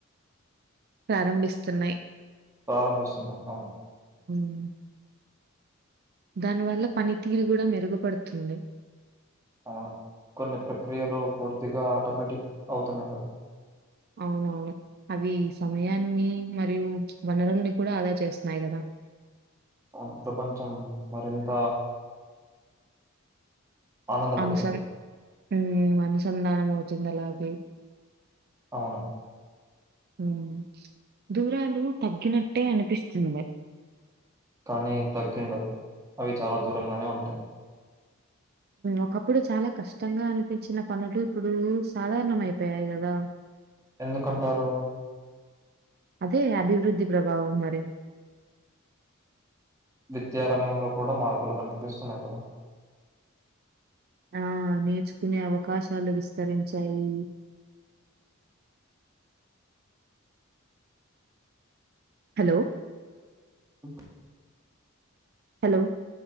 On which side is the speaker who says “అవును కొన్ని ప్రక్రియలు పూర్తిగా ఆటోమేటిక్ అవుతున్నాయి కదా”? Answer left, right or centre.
Right